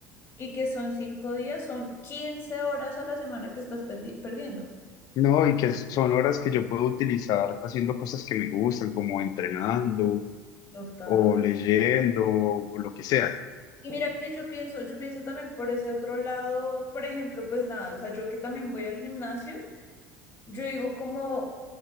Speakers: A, on the left; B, on the left.
A: y que son cinco días, son 15 horas a la semana que estás pendi- perdiendo.
B: No, y que s- son horas que yo puedo utilizar haciendo cosas que me gustan, como entrenando
A: Total.
B: o leyendo o lo que sea.
A: Y mira que yo pienso, yo pienso también por ese otro lado, por ejemplo, pues nada, o sea, yo que también voy al gimnasio, Yo digo como,